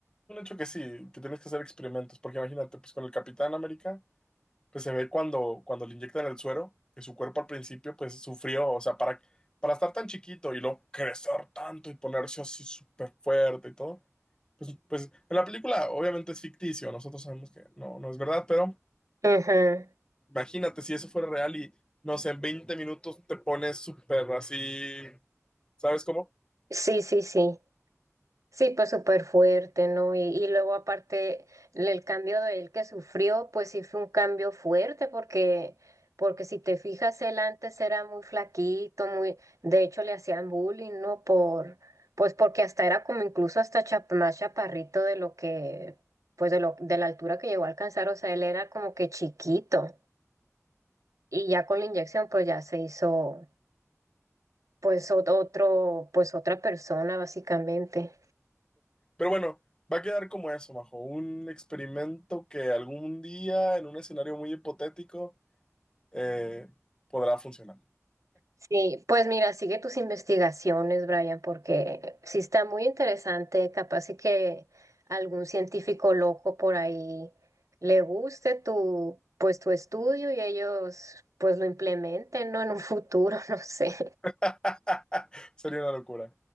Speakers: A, on the left; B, on the right.
A: un hecho que sí, que tienes que hacer experimentos, porque imagínate, pues con el Capitán América pues se ve cuando, cuando le inyectan el suero, que su cuerpo al principio pues sufrió, o sea, para, para estar tan chiquito y luego crecer tanto y ponerse así súper fuerte y todo, pues, pues en la película obviamente es ficticio, nosotros sabemos que no, no es verdad, pero
B: Ujú.
A: imagínate si eso fuera real y no sé, en 20 minutos te pones súper así, ¿sabes cómo?
B: Sí, sí, sí. Sí, pues súper fuerte, ¿no? Y, y luego aparte le- el cambio de él que sufrió, pues sí fue un cambio fuerte porque, porque si te fijas, él antes era muy flaquito, muy, de hecho le hacían bullying, ¿no? Por, pues porque hasta era como incluso hasta chap- más chaparrito de lo que, pues de lo, de la altura que llegó a alcanzar, o sea, él era como que chiquito y ya con la inyección pues ya se hizo pues ot- otro, pues otra persona básicamente.
A: Pero bueno. Va a quedar como eso, Majo, un experimento que algún día en un escenario muy hipotético eh, podrá funcionar.
B: Sí, pues mira, sigue tus investigaciones, Brian, porque sí está muy interesante, capaz y que algún científico loco por ahí le guste tu, pues tu estudio y ellos pues lo implementen, ¿no? En un futuro, <laughs> no sé.
A: <laughs> Sería una locura.